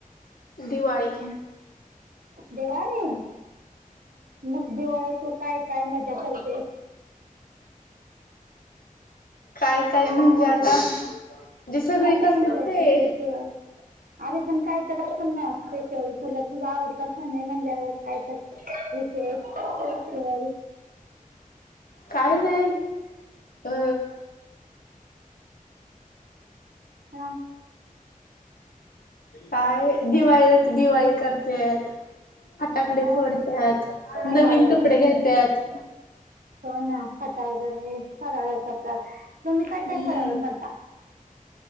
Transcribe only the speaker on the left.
दिवाळी ह...
काय काय म्हणजे
आता जी सगळी
करतेस
ते...
काय नाही अ..
काय दिवाळी दिवाळी करतेय... फाटांकडे
फोडतत
नवीन कपडे घेत्यात...
हम्म